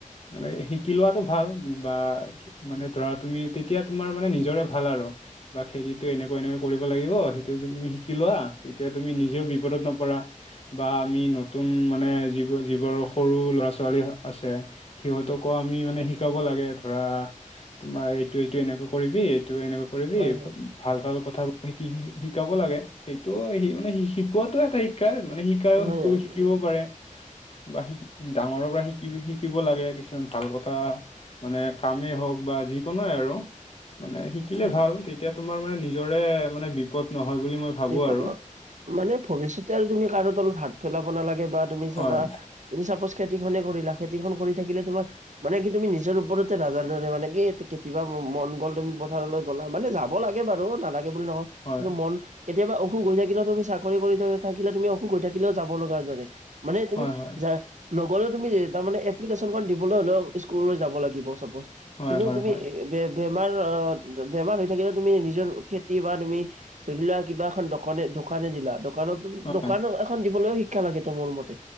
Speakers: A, on the left; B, on the right.
A: মানে, শিকি লোৱাটো ভাল বা মানে, ধৰা তুমি তেতিয়া তোমাৰ মানে নিজৰে ভাল আৰু বা খেতিটো এনেকুৱা এনেকুৱা কৰিব লাগিব। তাৰপিছত তুমি শিকিলোৱা। তেতিয়া তুমি নিজেও বিপদত নপৰা বা আমি নতুন মানে যিব যিবোৰ সৰু ল'ৰা-ছোৱালী আ আছে। সিহঁতকো আমি মানে শিকাব লাগে ধৰা তোমাৰ এইটো এইটো এনেকে কৰিবি, এইটো এনেকে কৰিবি,
B: হয় হয়
A: ভাল ভাল কথাবোৰ শিকিবি শিকাব লাগে সেইটোও সি মানে শিকোৱাত এটা শিক্ষাই মানে শিকাইও
B: হয়
A: শিকো শিকিব পাৰে। বা শিক ডাঙৰৰ পৰা শিকি শিকি শিকিব লাগে কিছুমান ভাল কথা মানে কামেই হওঁক বা যিকোনোৱে আৰু। মানে শিকিলে
B: হয়
A: ভাল। তেতিয়া তোমাৰ মানে নিজৰে মানে বিপদ নহয় বুলি মই ভাবো
B: বিপদ
A: আৰু
B: ন মানে ভৱিষ্যতে আৰু তুমি কাৰো তলত হাত পেলাব নালাগে, বা তুমি চাবা
A: হয়
B: তুমি চাপোচ খেতি খনে কৰিলা, খেতিখন কৰি থাকিলে তোমাৰ মানে কি তুমি নিজৰ ওপৰতে ৰাজাৰে দৰে মানে কি কেতিয়া মন গ'ল তুমি পথাৰলৈ গ'লা মানে যাব লাগে বাৰু, নালাগে বুলি নকওঁ
A: হয়
B: কিন্তু মন কেতিয়াবা অসুখ হৈ থাকিলও তুমি চাকৰি কৰি থ থাকিলে তুমি অসুখ হৈ থাকিলেও যাব লগা দৰে। মানে তুমি
A: হয় হয়
B: যাৰ লগলেও তুমি তাৰমানে এপ্লিকেশ্যন দিবলৈ হলেওঁ স্কুললৈ যাব লাগিব চাপোজ।
A: হয়
B: কিন্তু
A: হয়
B: তুমি
A: হয়
B: বে বেমাৰ অ', বেমাৰ হৈ থাকিলেও তুমি নিজৰ খেতি বা তুমি ধৰি লোৱা কিবা এখন দোকানে দোকানে দিলা। দোকানত
A: হয়
B: দোকানৰ এখন দিবলৈও শিক্ষা লাগে ত মোৰ মতে।